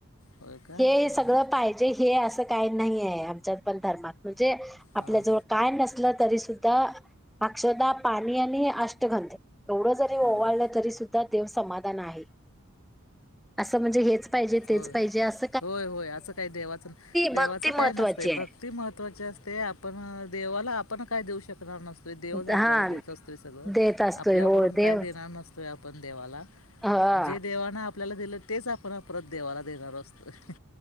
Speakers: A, on the left (about 80°); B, in the centre.
A: होय काय
B: हे सगळं
A: हां
B: पाहिजे हे असं काही नाही आहे आमच्यात पण धर्मातम म्हणजे आपल्या
A: हां
B: जवळ काय नसल तरी सुद्धा अक्षदा पाणी आणि अष्टगंध एवढं जरी ओवाळलं
A: हां
B: तरी सुद्धा देव समाधान आहे असं म्हणजे हेच पाहिजे तेच
A: होय
B: पाहिजे अस
A: होय होय असं काही देवाचं देवाचं
B: भक्ती महत्त्वाची
A: काय नसतंय
B: आहे.
A: भक्ती महत्त्वाची महत्वाची असते आपण देवाला आपण काय देऊ शकणार शकणार नसतोय देवच
B: हा
A: आपल्याला देत असतोय सगळं
B: देत असतोय
A: आपल्याकडून
B: हो देव
A: काय देणार नसतोय आपण देवाला
B: हा
A: जे देवान आपल्याला दिलं तेच आपण परत देवाला देणार असतोय